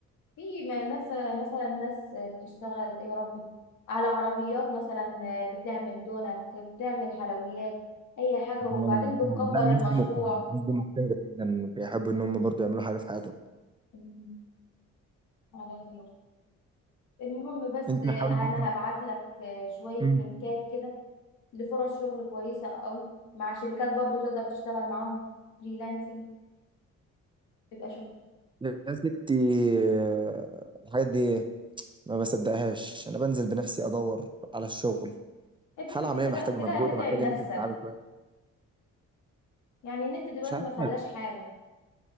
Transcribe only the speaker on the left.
في م- ناس مثلا ناس بتشتغل إيه يا ربي على عربيات مثلا بتعمل دونات بتعمل حلويات اي حاجة
وبعدين بتكبر
المشروع
مم، على خير المهم بس
آه،
انا هبعت لك آه، شوية
لينكات كده لفرص شغل كويسة قوي مع شركات برضو تقدر تشتغل معاهم فريلانسنج تبقى شغل
ابني
ما انت
كده
كده هتتعب
نفسك
يعني النت دلوقتي
ما خلاش حاجة